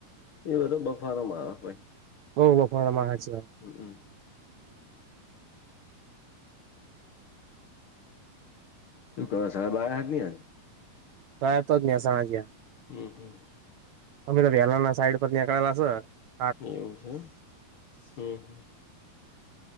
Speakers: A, on the left; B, on the right.
A: એ બધો બફારો મા ભાઈ
B: બહુ બફારામાં હાચી વાત
A: હ શું ક બાર હા ની
B: તો તો જ મેંજ ગ
A: હમ હમ
B: અમી વલાના સાઈડ પર નીકળલા હ
A: એવું છેમ હમ હમ